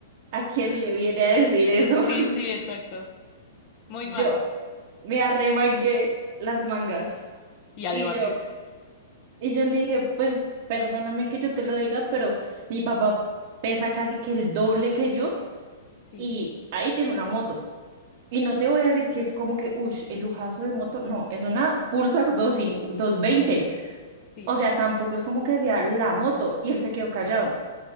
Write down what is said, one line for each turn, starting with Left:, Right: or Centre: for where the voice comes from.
Right: ¿a quién le viene a decir eso? <laughs>
Left: Sí, sí, exacto. Muy
Right: Yo
Left: mala.
Right: me arremangué las mangas
Left: Y a
Right: y
Left: debatir.
Right: yo... Y yo le dije, pues perdóname que yo te lo diga, pero mi papá pesa casi que el doble que yo
Left: Sí,
Right: y ahí tiene una moto. Y no te voy a decir que es como que, uff, el lujazo de moto. No, es una Pulsar 25 veinte
Left: sí,
Right: O sea, tampoco es como que sea la moto. Y él se quedó callado.